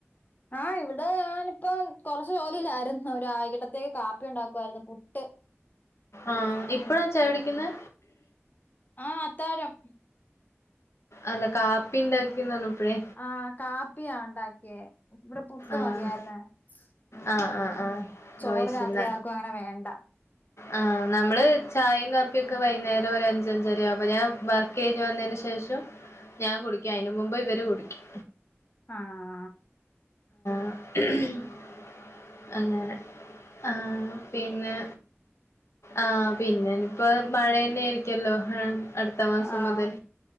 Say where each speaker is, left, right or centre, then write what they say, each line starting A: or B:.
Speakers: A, on the left; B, on the left.
A: ആഹ ഇവിടെ ഞാനിപ്പം കൊറച്ചു ജോലില്ലായിരുന്നു ഒ ആകിട്ടത്തേക്ക് കാപ്പി ഉണ്ടാക്കുവായിരുന്നു പുട്ട്
B: ആഹ
A: ഉം
B: ഇപ്പളാ ചായകുടിക്കുന്നെ
A: ആഹ് അത്തായം
B: അല്ല കാപ്പി ഉണ്ടാക്കിന്ന് പറഞ്ഞപ്പളെ
A: ആഹ കാപ്പിയാ ഉണ്ടാക്കിയേ ഇവിടെ പുട്ട്
B: ആഹ്
A: മതിയായിരുന്ന ഉം
B: ആഹ്
A: ഉ
B: ആഹ് ആഹ്
A: ചോറ്
B: വോയിസില്ല
A: രാത്രി ആർക്കും അങ്ങനെ വേണ്ട
B: ആഹ് നമ്മള് ചായയും കാപ്പിയ ഒക്കെ വൈകുന്നേരം ഒരു അഞ്ചഞ്ചര അപ്പൊ ഞാൻ വർക്ക് കഴിഞ്ഞഞ് വന്നതിന് ശേഷം ഞാൻ കുടിക്കും അയിന് മുമ്പ് ഇവര് കുടിക്കും
A: ആഹ്
B: <unintelligible> അങ്ങനെ ആഹ് പിന്നെ ആഹ പിന്നെനി ഇപ്പോ മഴ ന്നെ ആയിരിക്കല്ലോ അടുത്ത മാസം
A: ആഹ്
B: മുതൽ